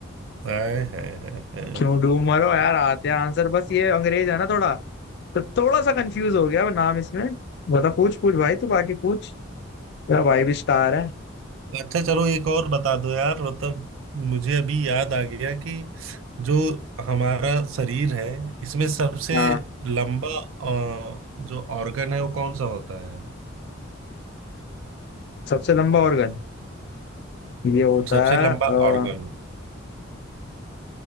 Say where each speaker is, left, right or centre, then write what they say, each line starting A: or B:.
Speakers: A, on the right; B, on the left.
A: आए है, है, है।
B: क्यों डूब मरो यार आते हैं आंसर बस ये अंग्रेज है ना थोड़ा तो थोड़ा सा कंफ्यूज हो गया मैं नाम इसमें बता पूछ पूछ भाई तू बाकी पूछ तेरा भाई भी स्टार है
A: अच्छा चलो एक और बता दो यार मतलब मुझे अभी याद आ गया कि जो हमारा शरीर है इसमें सबसे
B: हाँ
A: लंबा अ, जो ऑर्गन है वो कौन सा होता है
B: सबसे लंबा ऑर्गन ये होता
A: सबसे
B: है
A: लंबा
B: अ,
A: ऑर्गन